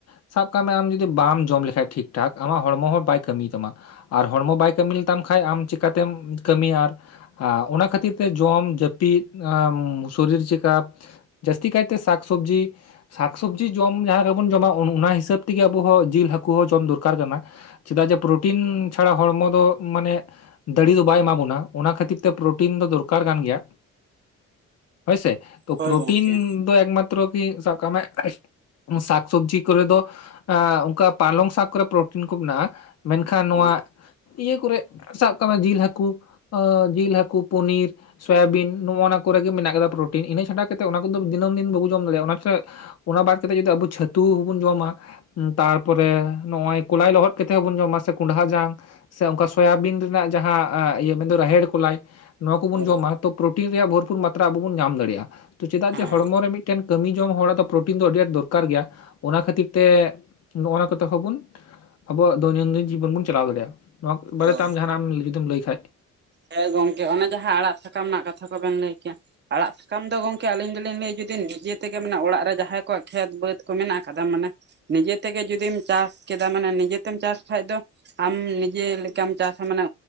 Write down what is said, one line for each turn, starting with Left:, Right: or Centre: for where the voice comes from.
Left: ᱥᱟᱵ ᱠᱟᱜ ᱢᱮ ᱟᱢ ᱡᱩᱫᱤ ᱵᱟᱢ ᱡᱚᱢ ᱞᱮᱠᱷᱟᱡ ᱴᱷᱤᱠ ᱴᱷᱟᱠ ᱟᱢᱟᱜ ᱦᱚᱲᱢᱚ ᱦᱚᱸ ᱵᱟᱭ ᱠᱟᱹᱢᱤ ᱛᱟᱢᱟ ᱟᱨ ᱦᱚᱲᱢᱚ ᱵᱟᱭ ᱠᱟᱹᱢᱤ ᱞᱮᱛᱟᱢ ᱠᱷᱟᱡ ᱟᱢ ᱪᱤᱟᱹᱛᱮᱢ ᱠᱟᱹᱢᱤᱭᱟ ᱟᱨ ᱟᱻ ᱚᱱᱟ ᱠᱷᱟᱹᱛᱤᱨ ᱛᱮ ᱡᱚᱢ ᱡᱟᱹᱯᱤᱫ ᱟᱸ ᱥᱚᱨᱤᱨ ᱪᱮᱠᱟᱯ ᱡᱟᱹᱥᱛᱤ ᱠᱟᱭᱛᱮ ᱥᱟᱠ ᱥᱚᱵᱽᱡᱤ ᱥᱟᱠᱥᱚᱵᱽᱡᱤ ᱡᱚᱢ ᱡᱟᱦᱟᱸ ᱞᱮᱠᱟ ᱵᱚᱱ ᱡᱚᱢᱟ ᱚᱱ ᱚᱱᱟ ᱦᱤᱥᱟᱹᱵᱽ ᱛᱮᱜᱮ ᱟᱵᱚ ᱦᱚᱸ ᱡᱤᱞ ᱦᱟᱹᱠᱩ ᱦᱚᱸ ᱡᱚᱢ ᱫᱚᱨᱠᱟᱨ ᱠᱟᱱᱟ ᱪᱮᱫᱟᱜ ᱡᱮ ᱯᱨᱳᱚᱴᱤᱱ ᱪᱷᱟᱲᱟ ᱦᱚᱲᱢᱚ ᱫᱚ ᱢᱟᱱᱮ ᱫᱟᱲᱤ ᱫᱚ ᱵᱟᱭ ᱮᱢᱟ ᱵᱚᱱᱟ ᱚᱱᱟ ᱠᱷᱟᱹᱛᱤᱨ ᱛᱮ ᱯᱨᱚᱴᱤᱱ ᱫᱚ ᱫᱚᱨᱠᱟᱨ ᱠᱟᱱ ᱜᱮᱭᱟ ᱦᱳᱭᱥᱮ ᱛᱚ
Right: ᱦᱳᱭ
Left: ᱯᱨᱳᱚᱴᱤᱱ
Right: ᱜᱚᱝᱠᱮ
Left: ᱫᱚ ᱮᱠᱢᱟᱛᱨᱚ ᱠᱤ ᱥᱟᱵ ᱠᱟᱜ ᱢᱮ ᱥᱟᱠ ᱥᱚᱵᱽᱡᱤ ᱠᱚᱨᱮ ᱫᱚ ᱮᱸ ᱚᱱᱠᱟ ᱯᱟᱞᱚᱝ ᱥᱟᱠ ᱠᱚᱨᱮ ᱯᱨᱚᱴᱤᱱ ᱠᱩ ᱢᱮᱱᱟᱜᱼᱟ ᱢᱮᱱᱠᱷᱟᱱ ᱱᱚᱣᱟ
Right: ᱦᱳᱭ
Left: ᱤᱭᱟᱹᱣ ᱠᱚᱨᱮ ᱥᱟᱵ ᱠᱟᱜ ᱢᱮ, ᱡᱤᱞ, ᱦᱟᱹᱠᱩ, ᱚᱸᱻ ᱡᱤᱞ, ᱦᱟᱹᱠᱩ, ᱯᱚᱱᱤᱨ, ᱥᱳᱭᱟᱵᱤᱱ ᱱᱚᱜᱼᱚ ᱱᱚᱣᱟ ᱠᱚᱨᱮᱜᱮ ᱢᱮᱱᱟᱜ ᱠᱟᱫᱟ ᱯᱳᱨᱳᱴᱤᱱ, ᱤᱱᱟᱹ ᱪᱷᱟᱰᱟ ᱠᱟᱛᱮᱜ ᱚᱱᱟ ᱠᱚᱫᱚ ᱫᱤᱱᱟᱹᱢ ᱫᱤᱱ ᱵᱩᱵᱩ ᱡᱚᱢ ᱫᱟᱲᱮᱭᱟᱜᱼᱟ, ᱚᱱᱟᱛᱮ ᱚᱱᱟ ᱵᱟᱫ ᱠᱟᱛᱮᱫ ᱡᱚᱫᱤ ᱟᱵᱚ ᱪᱷᱟᱹᱛᱩ ᱦᱩᱸᱵᱩᱱ ᱡᱚᱢᱟ ᱾ ᱛᱟᱨᱯᱚᱨᱮ ᱱᱚᱜ ᱚᱭ ᱠᱚᱞᱟᱭ ᱞᱚᱦᱚᱫ ᱠᱟᱛᱮᱜ ᱦᱚᱸᱵᱚᱱ ᱡᱚᱢ ᱟ ᱥᱮ ᱠᱚᱸᱰᱷᱟ ᱡᱟᱝ ᱥᱮ ᱚᱱᱠᱟ ᱮ ᱥᱳᱭᱟᱵᱤᱱ ᱨᱮᱱᱟᱜ ᱡᱟᱦᱟᱸ ᱤᱭᱟᱹ ᱢᱮᱱᱫᱚ ᱨᱟᱦᱮᱲ ᱠᱚ ᱞᱟᱭ ᱱᱚᱣᱟ ᱠᱚᱵᱩᱱ
Right: ᱦᱳᱭ
Left: ᱡᱚᱢᱟ ᱛᱚ ᱯᱨᱳᱴᱤᱱ ᱨᱮᱭᱟᱜ ᱵᱷᱚᱨᱯᱩᱨ ᱢᱟᱛᱨᱟ ᱟᱵᱚ ᱵᱚᱱ ᱧᱟᱢ ᱫᱟᱲᱮᱭᱟᱜᱼᱟ ᱾ ᱛᱚ ᱪᱮᱫᱟᱜ
Right: ᱦᱮᱸ
Left: ᱡᱮ ᱦᱚᱲᱢᱚ ᱨᱮ ᱢᱤᱫᱮᱱ ᱢᱤᱫᱴᱮᱱ ᱠᱟᱹᱢᱤ ᱡᱚᱝ ᱦᱚᱲᱟᱫ ᱫᱚ ᱯᱨᱚᱴᱤᱱ ᱫᱚ ᱟᱹᱰᱤ ᱟᱸᱴ ᱫᱚᱨᱠᱟᱨ ᱜᱮᱭᱟ ᱾ ᱚᱱᱟ ᱠᱷᱟᱹᱛᱤᱨ ᱛᱮ ᱱᱚᱜᱱᱟ ᱠᱚᱛᱮ ᱦᱚᱸᱵᱚᱱ, ᱟᱵᱚᱣᱟᱜ ᱫᱳᱭᱱᱳᱱᱫᱤᱱ ᱡᱤᱵᱚᱱ ᱵᱚᱱ ᱪᱟᱞᱟᱣ ᱫᱟᱲᱮᱭᱟᱜᱼᱟ ᱾ ᱱᱚᱣᱟ ᱵᱟᱨᱮᱛᱮ
Right: ᱦᱳᱭ
Left: ᱟᱢ ᱡᱟᱦᱟᱱᱟᱜ ᱡᱩᱫᱤᱢ ᱞᱟᱹᱭ ᱠᱷᱟᱡ?
Right: ᱦᱮᱸ ᱜᱚᱝᱠᱮ ᱚᱱᱮ ᱡᱟᱦᱟᱸ ᱟᱲᱟᱜ ᱥᱟᱠᱟᱢ ᱨᱮᱱᱟᱜ ᱠᱟᱛᱷᱟ ᱠᱚᱵᱮᱱ ᱞᱟᱹᱭ ᱠᱮᱭᱟ ᱾ ᱟᱲᱟᱜ ᱥᱟᱠᱟᱢ ᱫᱚ ᱜᱚᱝᱠᱮ ᱟᱞᱤᱧ ᱫᱚᱞᱤᱧ ᱞᱟᱹᱭᱟ ᱡᱩᱫᱤ ᱱᱤᱡᱮ ᱛᱮᱜᱮ ᱢᱟᱱᱮ ᱚᱲᱟᱜ ᱨᱮ ᱡᱟᱦᱟᱸᱭ ᱠᱚᱣᱟᱜ ᱠᱷᱮᱛ ᱵᱟᱹᱫᱽ ᱠᱚ ᱢᱮᱱᱟᱜ ᱟᱠᱟᱫᱟ, ᱢᱟᱱᱮ ᱱᱤᱡᱮ ᱛᱮᱜᱮ ᱡᱩᱫᱤᱢ ᱪᱟᱥ ᱠᱮᱫᱟ ᱢᱟᱱᱮ ᱱᱤᱡᱮ ᱛᱮᱢ ᱪᱟᱥ ᱠᱷᱟ ᱫᱚ ᱾ ᱟᱢ ᱱᱤᱡᱮ ᱞᱮᱠᱟᱢ ᱪᱟᱥ ᱟ ᱢᱟᱱᱮ